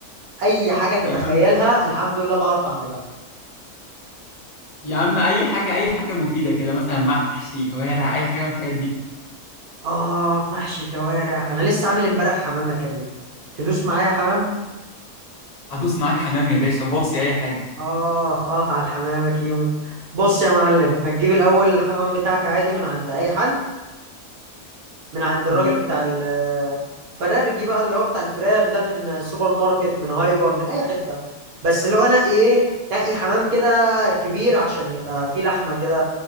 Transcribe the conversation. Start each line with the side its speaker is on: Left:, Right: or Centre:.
Right: اي حاجة تتخيلها
Left: يا عم
Right: الحمد لله بعرف اعملها
Left: يا عم اي حاجه اي حاجه مفيده كده مثلا محشي كوارع اي حاجه من الحاجات دي
Right: اه محشي كوارع انا لسه عامل امبارح حمام يا كريم تدوس معايا حمام
Left: هدوس معاك حمام يا باشا باصي اي حاجه
Right: آه آه على الحمام يا كيمو بص يا معلم هتجيب الأول الحمام بتاعك عادي من عند أي حد من عند الراجل
Left: امم
Right: بتاع ال- الفرارجي بقى اللي هو بتاع الفراخ ده من سوبر ماركت من هايبر من أي حتة بس اللي هو نقي إيه نقي حمام كده كبير عشان يبقى فيه لحمة كده